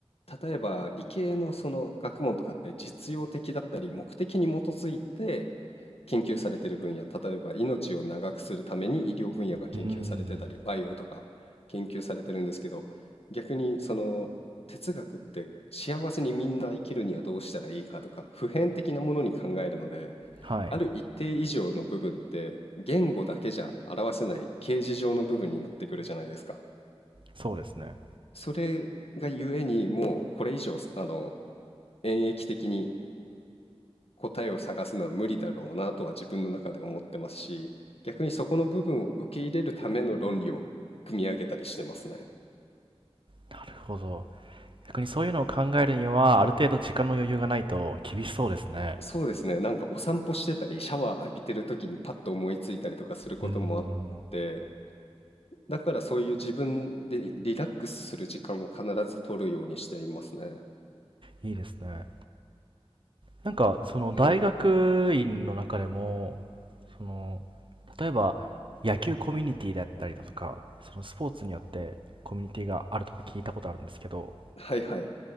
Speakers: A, on the left; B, on the right.
A: 例えば理系のその学問とかって実用的だったり目的に基づいて研究されてる分野、例えば命を長くするために医療分野が研究されてたり、
B: うーん。
A: バイオとか研究されてるんですけど、逆にその哲学って幸せにみんな生きるにはどうしたらいいかとか、普遍的なものに考えるので、
B: はい。
A: ある一定以上の部分って言語だけじゃ表せない形而上の部分になってくるじゃないですか。
B: そうですね。
A: それがゆえにもうこれ以上あの演繹的に答えを探すのは無理だろうなとは自分の中で思ってますし、逆にそこの部分を受け入れるための論理を組み上げたりしてますね。
B: なるほど。逆にそういうのを考えるには、ある程度時間の余裕がないと厳しそうですね。
A: そうですね。なんかお散歩してたり、シャワー浴びてる時にパッと思いついたりとかすることもあって、
B: うーん。
A: だからそういう自分でリラックスする時間を必ず取るようにしていますね。
B: いいですね。なんか、その大学院の中でも、
A: はい。
B: その、例えば野球コミュニティだったりだとか、そのスポーツによってコミュニティがあるとか聞いたことあるんですけど、
A: はいはい。